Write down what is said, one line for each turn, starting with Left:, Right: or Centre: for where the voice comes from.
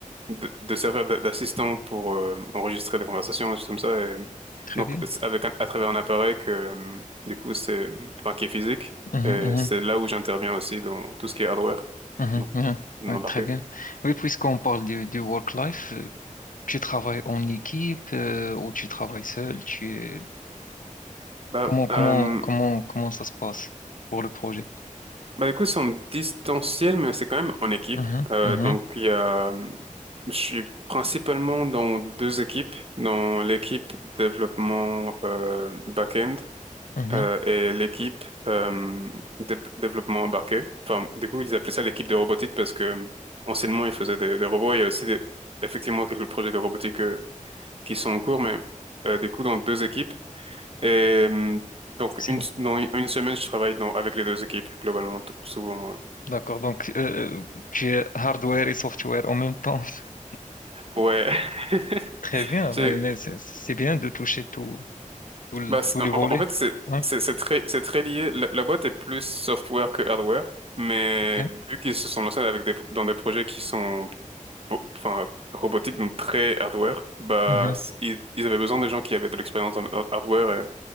Right: de, de servir d'a- d'assistant pour euh, enregistrer des conversations, des choses comme ça. Et
Left: Très
Right: donc,
Left: bien.
Right: c'est avec un- à travers un appareil que, euh, du coup, c'est, enfin, qui est physique.
Left: Mhm,
Right: Et
Left: mhm,
Right: c'est là où j'interviens aussi dans tout ce qui est hardware,
Left: mhm.
Right: donc
Left: Bien.
Right: l'embarqué.
Left: Ouais, très bien. Oui, puisqu'on parle du, du work-life, euh, tu travailles en équipe euh, ou tu travailles seul? Tu... es-
Right: Bah,
Left: Comment, comment,
Right: euh,
Left: comment, comment ça se passe pour le projet?
Right: bah, du coup, c'est en distanciel, mais c'est quand même en équipe.
Left: Mhm,
Right: Euh,
Left: mhm,
Right: donc, il y a, je suis principalement dans deux équipes, dans l'équipe développement euh, back-end
Left: mhm.
Right: euh, et l'équipe euh, dé- développement embarqué. Enfin, du coup, ils appelaient ça l'équipe de robotique parce que euh, anciennement, ils faisaient des, des robots. Il y a aussi des- effectivement quelques projets de robotique euh, qui sont en cours, mais euh, du coup, dans deux équipes. Et euh, donc,
Left: C'est...
Right: une, dans une une semaine, je travaille dans, avec les deux équipes, globalement, t- souvent. euh.
Left: D'accord. Donc, euh, tu es hardware et software en même temps. <laughs>
Right: Ouais. <laughs>
Left: Très bien,
Right: C'est-
Left: mais, mais c'est c'est bien de toucher tout, tout le-
Right: bah, c'est-
Left: tous les
Right: en,
Left: volets.
Right: en fait, c'est
Left: Hein,
Right: c'est- c'est très, c'est très lié. La, la boîte est plus software que hardware. Mais
Left: ok.
Right: vu qu'ils se sont lancés avec des, dans des projets qui sont bo- enfin, robotique, donc très hardware, bah,
Left: Mhm,
Right: c- ils, ils avaient besoin de gens qui avaient de l'expérience en en hardware. Et,